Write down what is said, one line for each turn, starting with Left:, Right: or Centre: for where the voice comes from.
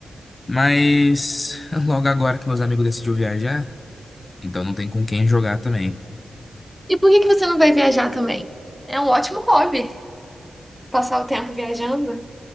Left: Mas <laughs> logo agora que meus amigos decidiram viajar, então não tem com quem jogar também.
Centre: E por que que você não vai viajar também? É um ótimo hobby, passar o tempo viajando.